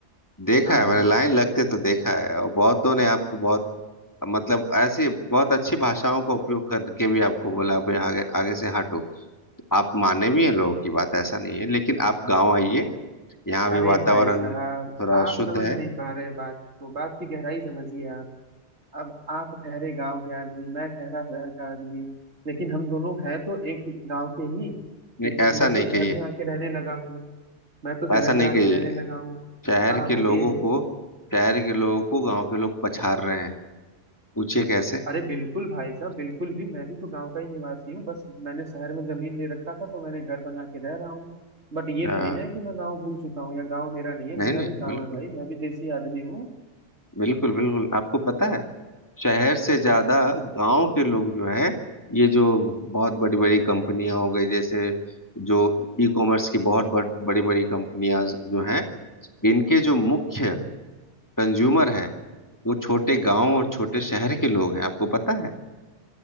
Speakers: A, on the left (about 15°); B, on the right (about 80°).
A: देखा
B: हाँ
A: है
B: हाँ
A: मैंने लाइन लगते तो देखा है और बहुतों ने आपको बहुत मतलब ऐसी बहुत अच्छी भाषाओं का उपयोग करके भी आपको बोला भाई आगे आगे से हटो आप माने भी हैं लोगों की बात ऐसा नहीं है लेकिन आप गांव आइए यहाँ भी
B: अरे
A: वातावरण
B: भाई साहब
A: थोड़ा
B: आप
A: शुद्ध
B: समझ
A: है
B: नहीं पा रहे बात को बात की गहराई समझिए आप अब आप ठहरे गांव के आदमी मैं ठहरा शहर का आदमी लेकिन हम दोनों हैं तो एक गांव के ही क्योंकि
A: नहीं ऐसा
B: मैं
A: नहीं
B: तो शहर
A: कहिए
B: में आके रहने लगा हूँ मैं तो शहर
A: ऐसा नहीं
B: में आके
A: कहिए
B: रहने लगा हूँ
A: शहर
B: हाँ हाँ
A: के
B: बोलिए
A: लोगों को शहर के लोगों को गांव के लोग पछाड़ रहे हैं पूछिए कैसे
B: अरे बिल्कुल भाई साहब बिल्कुल भी मैं भी तो गांव का ही निवासी हूँ बस मैंने शहर में जमीन ले रखा था तो मैंने घर बना के रह रहा हूँ बट ये
A: हाँ,
B: थोड़ी ना है कि मैं गांव भूल चुका हूँ या गांव मेरा नहीं है
A: नहीं
B: मेरा
A: नहीं
B: भी
A: बिल्कुल
B: गांव है भाई मैं भी देसी आदमी हूँ
A: बिल्कुल बिल्कुल आपको पता है शहर से ज्यादा गांव के लोग जो हैं ये जो बहुत बड़ी बड़ी कंपनियां हो गई जैसे जो ई कॉमर्स की बहुत बड़ी बड़ी कंपनियां जो हैं इनके जो मुख्य कंज्यूमर हैं वो छोटे गांव और छोटे शहर के लोग हैं आपको पता है